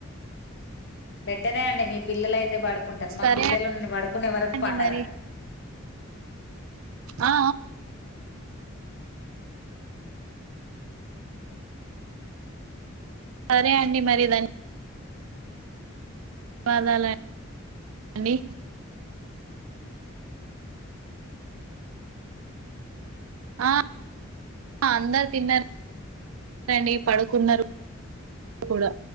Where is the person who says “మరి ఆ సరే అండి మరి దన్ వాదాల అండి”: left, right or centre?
Right